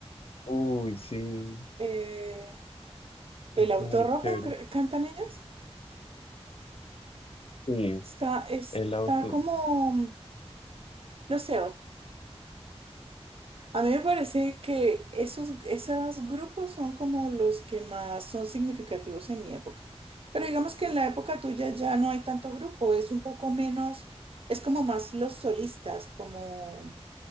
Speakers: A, on the left; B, on the right.
A: Uy, sí,
B: Eh,
A: es
B: El Auto
A: muy
B: Rojo,
A: chévere.
B: cre- ¿cantan ellos?
A: Sí,
B: Está, está
A: el auto,
B: como, no sé, A mí me parece que esos, esos grupos son como los que más son significativos en mi época. Pero digamos que en la época tuya ya no hay tanto grupo, es un poco menos, es como más los solistas, como